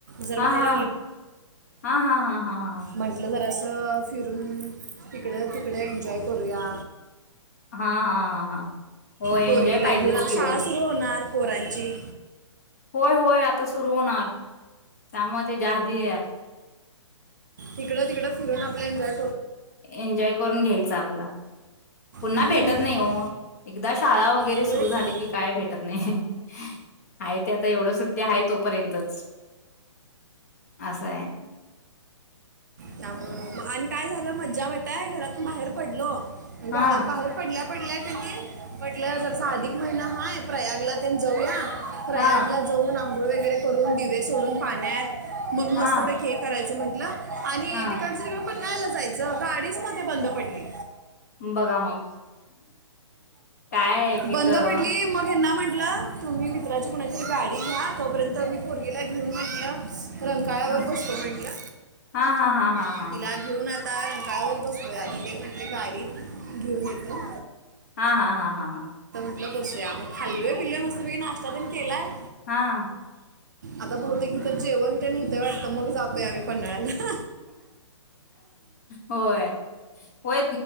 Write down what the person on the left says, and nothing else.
हा-
हा -हा -हा -हा- हा.
हा हा हा हा होय
एन्जॉय पाहिजेच
की हो
होय होय आता सुरू होणार त्यामुळे तेज्या आदी
एन्जॉय करून घ्यायचा आपला पुन्हा
भेटत नाही. हो एकदा शाळा वगैरे
सुरू झाली की काय भेटत नाही. आहे ते आता एवढ सुट्टी आहे तो पर्यंतच. अस हाय.
हा
हा
हा
हा
बघा मग काय एक एक
अ,
हा
हा हा हा हा
हा
हा हा हा हा हा
हा
होय होय